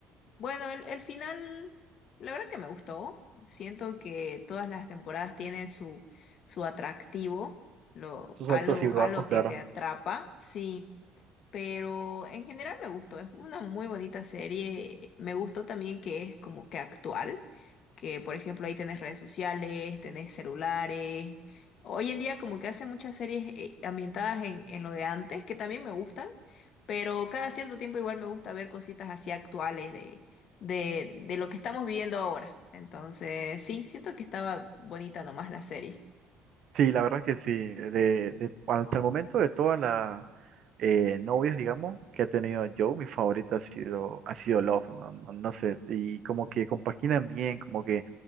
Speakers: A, on the left (about 60°); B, on the right (about 60°).
A: Bueno, el, el final, la verdad que me gustó. Siento que todas las temporadas tienen su, su atractivo, lo,
B: Sus
A: algo,
B: altos y bajos,
A: algo
B: claro.
A: que te atrapa. Sí. Pero en general me gustó, es una muy bonita serie. Me gustó también que es como que actual, que por ejemplo ahí tenés redes sociales, tenés celulares. Hoy en día como que hacen muchas series eh, ambientadas en, en lo de antes, que también me gustan, pero cada cierto tiempo igual me gusta ver cositas así actuales de, de, de lo que estamos viviendo ahora. Entonces sí, siento que estaba bonita nomás la serie.
B: Sí, la verdad que sí. De, de- hasta el momento de todas las eh, novias, digamos, que ha tenido Joe, mi favorita ha sido, ha sido Love, ¿no? No, no sé. Y como que compaginan bien, como que